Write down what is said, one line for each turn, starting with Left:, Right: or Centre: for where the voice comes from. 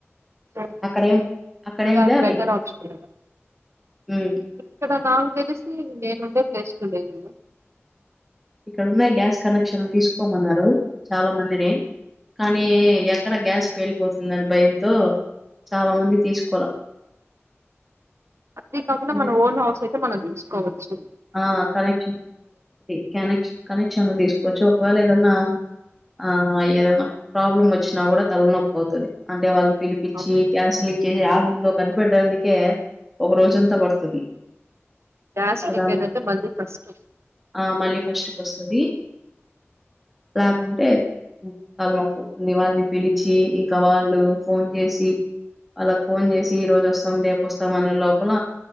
Right: మ్
Centre: అక్కడేం అక్కడేం
Right: మరి అది
Centre: లే అవి
Right: బెటర్ ఆప్షన్ కదా.
Centre: హ్మ్.
Right: ఇక్కడ నాకు తెలిసి నేను ఉండె వేస్ట్ లేదు.
Centre: ఇక్కడన్నాయి గ్యాస్ కనెక్షన్ తీసు కోమన్నారు చాలా మందిని. కానీ ఎక్కడ గ్యాస్ పేలిపోతుందని భయంతో, చాలా మంది తీసుకోలా.
Right: అంతే కాకుండా
Centre: అంటే
Right: మన ఓన్ హౌస్ అయితే మనం తీస్ కోవచ్చు.
Centre: ఆ కనెక్షన్ అది క్యనెక్ష్ కనె శిక్షణలు తీసుకోవచ్చు ఒకవేళ ఏదన్నా ఆ ఏదనా ప్రాబ్లం వచ్చినా కూడా తల్లనొప్పి అవుతుంది అంటే వాళ్ళు పిల్ పిచ్చి
Right: అవును
Centre: క్యాస్లి కే జు యాడు ఉండొ పనిపడునికే ఒక రోజంతా పడుతది
Right: గ్యాస్
Centre: సో
Right: లీక్
Centre: దాని
Right: అయిందంటే మళ్ళి కష్టం
Centre: ఆ మళ్ళీ ఫస్ట్ కొస్తది లేకుంటే వాళ్ళకే వాళ్ళని పిలిచి ఇంక వాళ్ళు ఫోన్ చేసి వాళ్ళకు ఫోన్ చేసి ఈ రోజు వస్తాం రేపుొస్తాం అనే లోపల